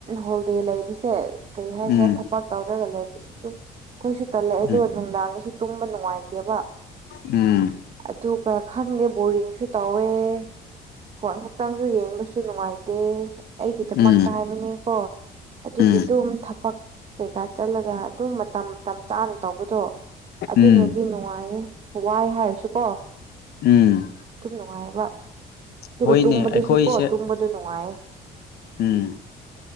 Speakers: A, on the right; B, on the left.
A: ꯍꯣꯜꯗꯦ ꯂꯩꯕꯁꯦ ꯀꯔꯤ ꯍꯥꯏꯁꯤꯔꯥ
B: ꯎꯝ
A: ꯊꯕꯛ ꯇꯧꯔꯒ ꯂꯩꯕꯁ ꯑꯗꯨꯝ ꯑꯩꯈꯣꯏꯁꯨ ꯇꯜꯂꯛꯑꯦ ꯑꯗꯨꯒ
B: ꯎꯝ
A: ꯅꯨꯡꯗꯥꯡꯗꯁꯨ ꯇꯨꯝꯕ ꯅꯨꯡꯉꯥꯏꯇꯦꯕ
B: ꯎꯝ
A: ꯑꯗꯨ ꯑꯗꯨꯒ ꯈꯪꯗꯦ ꯕꯣꯔꯤꯡꯁꯨ ꯇꯧꯋꯦ ꯐꯣꯟ ꯈꯛꯇꯪꯁꯨ ꯌꯦꯡꯕꯁꯨ ꯅꯨꯡꯉꯥꯏꯇꯦ ꯑꯩꯒꯤꯗꯃꯛꯇ
B: ꯎꯝ ꯎꯝ
A: ꯍꯥꯏꯕꯅꯦꯀꯣ ꯑꯗꯨꯒꯤ
B: ꯎꯝ
A: ꯑꯗꯨꯝ ꯊꯕꯛ ꯀꯩꯀꯥ ꯆꯠꯂꯒ ꯑꯗꯨꯝ ꯃꯇꯝ ꯃꯇꯝ ꯆꯥꯅ ꯇꯧꯕꯗꯣ ꯑꯗꯨꯅꯗꯤ
B: ꯎꯝ
A: ꯅꯨꯡꯉꯥꯏꯌꯦ ꯋꯥꯏ ꯍꯥꯏꯔꯁꯨꯀꯣ
B: ꯎꯝ
A: ꯑꯗꯨꯨꯝ ꯅꯨꯡꯉꯥꯏꯕ ꯑꯗꯨꯒ
B: ꯍꯣꯏꯅꯦ
A: ꯇꯨꯝꯕꯗꯨꯁꯨ
B: ꯑꯩꯈꯣꯏꯁꯦ
A: ꯀꯣ ꯇꯨꯝꯕꯗ ꯅꯨꯡꯉꯥꯏꯌꯦ
B: ꯎꯝ